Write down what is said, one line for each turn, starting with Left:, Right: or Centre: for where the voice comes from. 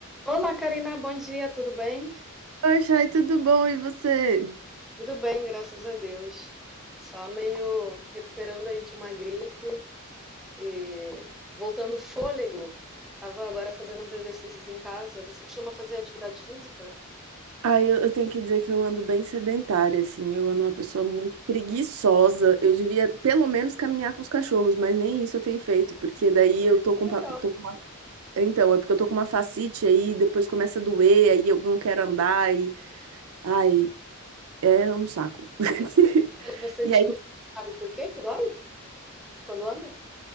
Centre: Olá, Karina, bom dia, tudo bem?
Right: Oi, Chay, tudo bom? E você?
Centre: Tudo bem, graças a Deus. Só meio recuperando aí de uma gripe e voltando o fôlego. Tava agora fazendo uns exercícios em casa. Você costuma fazer atividade física?
Right: Ah, eu, eu tenho que dizer que eu ando bem sedentária, assim. Eu ando uma pessoa muito preguiçosa. Eu devia, pelo menos, caminhar com os cachorros, mas nem isso eu tenho feito, porque daí eu tô com,
Centre: Legal.
Right: pa- tô com uma... Então, é porque eu tô com uma fascite aí, depois começa a doer, aí eu não quero andar, e... Ai, é um saco. <laughs>
Centre: Mas você
Right: E
Centre: descobriu,
Right: aí,
Centre: sabe por que que dói quando anda?